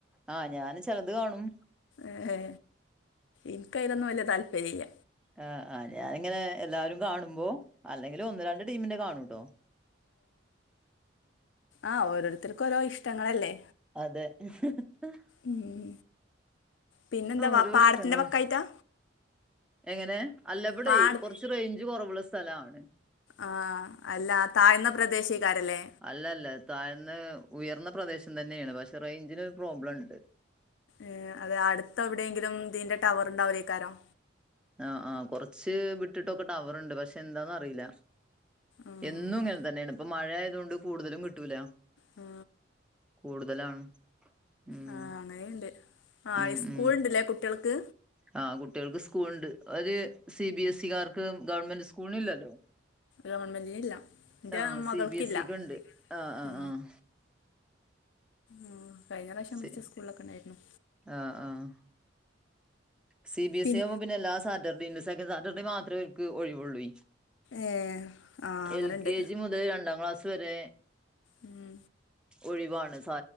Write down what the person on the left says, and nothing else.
ഏഹ്. ഇന്ക് അയിലൊന്നും വല്യ താല്പര്യല്യ..
ആ ഓരോരുത്തര്ക് ഓരോ ഇഷ്ടങ്ങളല്ലേ..
ഉം പിന്നെന്താ
വാ പാടത്തിന്റെ
വക്കായിട്ടാ
പാട്
ആ അല്ല താഴ്ന്ന പ്രദേശേക്കാരല്ലേ
ഏ അതെ അടുത്ത് എവിടെയെങ്കിലും തിന്റെ ടവർ ഉണ്ടാവൂലേക്കാരം
ആഹ്
ആ
ആ അങ്ങനെയുണ്ട് ആ
ഇസ്കൂൾ
ണ്ട്ല്ലേ കുട്ട്യാൾക്
ഗവർമെൻറിന് ഇല്ല ൻ്റെ
മകൾക്കില്ല
ആ
ഉം കഴിഞ്ഞ പ്രാവശ്യം
വിളിച്ച സ്കൂളിലൊക്കെ ഉണ്ടായിരുന്നു
പിൻ
ഏഹ് ആഹ് അങ്ങനെണ്ട്
ഉം